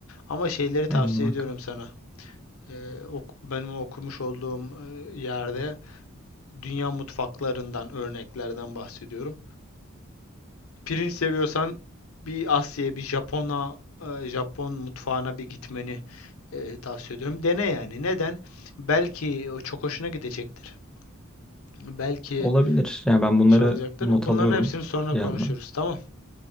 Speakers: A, on the left; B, in the centre.
A: Ama şeyleri tavsiye
B: Yani muhakkak.
A: ediyorum sana. E, ok- benim okumuş olduğum e, yerde dünya mutfaklarından örneklerden bahsediyorum pirinç seviyorsan bir Asya'ya, bir Japon'a, e, Japon mutfağına bir gitmeni e, tavsiye ediyorum. Dene yani. Neden? Belki o çok hoşuna gidecektir. Belki
B: Olabilir. Yani ben bunları
A: şey olacaktır.
B: not
A: Bunların
B: alıyorum
A: hepsini sonra
B: bir
A: konuşuruz.
B: yandan.
A: Tamam.